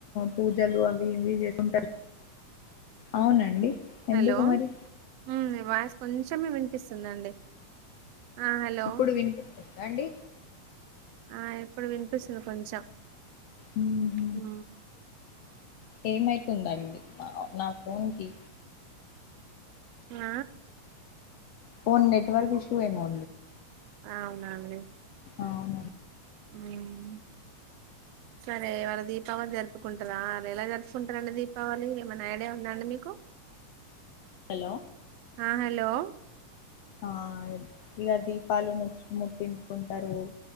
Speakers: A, on the left; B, on the right.
A: పూజలు అవి ఇవి చేసుంటారు అవునండి ఎందుకు
B: హలో
A: మరి
B: హు మీ వాయిస్ కొంచెమే వినిపిస్తుందండి ఆ హలో
A: ఇప్పుడు వినిపిస్తుందా అండి
B: ఆ ఇప్పుడు వినిపిస్తుంది కొంచెం
A: హ్మ్
B: ఆ
A: ఏమైతుందండి మా నా ఫోన్ కి
B: ఆ
A: ఓ నెట్వర్క్ ఇష్యూ ఏమో
B: అవునా అండి
A: అవును
B: హ్మ్ సరే ఇవాళ దీపావళి జరుపుకుంటరా ఎలా జరుపుకుంటరు అండి దీపావళి ఏమైనా ఐడియా ఉందా అండి మీకు
A: హలో
B: ఆ హలో
A: ఆ ఇరా దీపాలు ము ముట్టించుకుంటారు